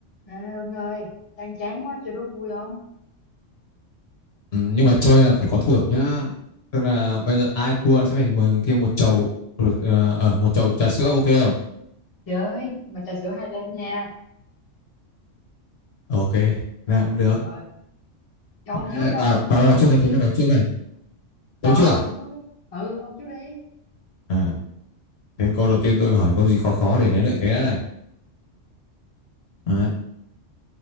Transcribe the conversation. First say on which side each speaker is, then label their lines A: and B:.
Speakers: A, on the left (about 30°); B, on the left (about 55°).
A: À, Hưng ơi, đang chán quá chơi đố vui không?
B: Ừ, nhưng mà chơi là phải có thưởng nhá tức là bây giờ ai thua sẽ phải mời người kia một chầu ờ, ờ, một chầu trà sữa ok không
A: Chơi, mà trà sữa hai lem nha.
B: ok nào cũng được
A: Rồi, cho
B: Thế
A: ông trước đó,
B: bà bà bắt đầu trước cái tôi bắt đầu trước này
A: cho
B: tôi trước
A: ông
B: à
A: trước đó. Ừ, ông trước đi.
B: à thế câu đầu tiên tôi hỏi câu gì khó khó để lấy lợi thế đã này Đấy.